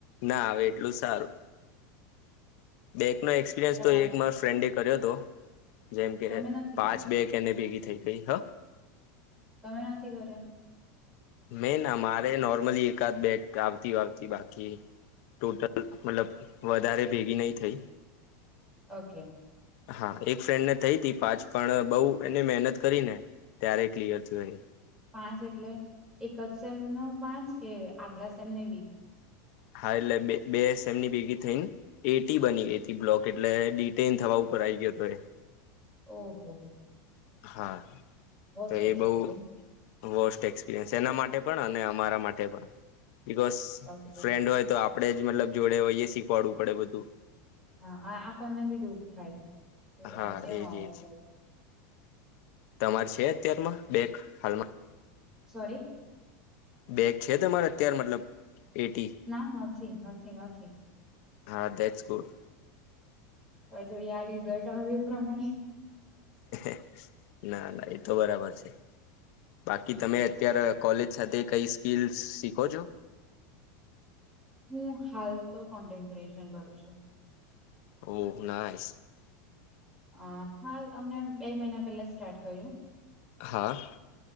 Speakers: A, on the left; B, in the centre.
A: ના આવે એટલું સારું બેક મૈં એક્પિરિયન્સ
B: તમારે
A: તો એક માર ફ્રેન્ડે કર્યો હતો દો જેમ કે
B: તમે નથી
A: પાંચ
B: કર્યો
A: બે કેને ભેગી થઈ કઈ હ
B: તમે નથી કર્યા
A: મે ના મારે નોર્મલી એકાદ બેગ આવતી આવતી બાકી ટોટલ મતલબ વધારે ભેગી નહી થઈ
B: ઓકે
A: હા એક ફ્રેન્ડને થઈ તી પાંચ પણ બહુ એને મહેનત કરી ને ત્યારે ક્લિયર થયું
B: પાંચ એટલે એકપસેમ ન પાંચ કે આગલા સા એમનેવીી
A: હા એટલે બે બે એસ એમ ની ભેગી થઈ એટી બની ગઈ હતી બ્લોક એટલે ડિટેન થવા કર આવી ગયો હતો એ
B: ઓહ હો હો
A: હા
B: વર્સ્ટ
A: તો એ
B: એક્સપિરિયન્સ
A: બહ વર્સ્ટ એક્સપિરયસ તેેના માટે પણ અને અમારા માટે પણ બિકઝ
B: ઓકે
A: ફ્રેન્ડ હોય તો આપ આપડે જ મતલબ જોડે હોય શીખવાડવું પડે બધું
B: હા આપણને બી દુઃખ થાય યાર
A: હા
B: કેમ
A: એજ
B: આવું
A: એજ
B: છ
A: તમારે છે અત્યારમાં બેક હાલમાં
B: સોારી
A: બેગ છે તમારે અત્યારે મતલબ એટી
B: ના નથી નથી નથી
A: હા દેટસ ગુડ
B: હ જો રિઝલ્ટ આવે એ પ્રમાણે
A: <inaudible> ના ના એ તો બરાબર છે બાકી તમે
B: અચ્છા
A: અત્ય્યારે કોલેજ સાથે કઈ સ્કીલ શીખો છો
B: હું હાલ તો કોન્ટન્ટ ક્રિએશન કરું છું
A: ઓહ નાસ
B: અ હાલ અમને બે મહિના પેલા સ્ટાર્ટ કર્યું
A: હા